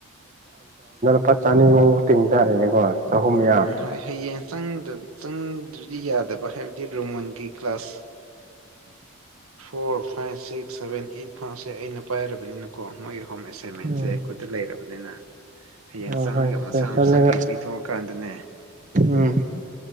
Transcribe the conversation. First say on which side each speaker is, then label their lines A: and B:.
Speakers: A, on the right; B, on the right.
A: ꯄꯥꯠ ꯆꯥꯅꯤ ꯃ ꯇꯤꯡ ꯇꯥꯔꯦꯅꯦꯀꯣ ꯆꯍꯨꯝ ꯃꯌꯥ
B: ꯎꯝ ꯍꯌꯦꯡ ꯆꯪꯗ꯭ꯔꯗꯤ ꯌꯥꯗꯕ ꯍꯥꯏꯕꯗꯤ ꯔꯣꯃꯟꯒꯤ class four five six seven eight ꯐꯥꯁꯦ ꯑꯩꯅ ꯄꯥꯏꯔꯕꯅꯤꯅꯀꯣ ꯃꯣꯏꯒꯤ ꯍꯣꯝ ꯑꯦꯁꯥꯏꯟꯃꯦꯟꯁꯦ
A: ꯎꯝ
B: ꯈꯨꯈꯠꯇ ꯂꯩꯔꯕꯅꯤꯅ ꯍꯌꯦꯡ
A: ꯍꯣꯏ
B: ꯆꯪꯉꯒ
A: ꯍꯣꯏ ꯆꯠꯂꯒ
B: ꯃꯁꯥ ꯃꯁꯥꯒꯤ ꯄꯤꯊꯣꯛꯑꯀꯥꯟꯗꯅꯦ
A: ꯎꯝ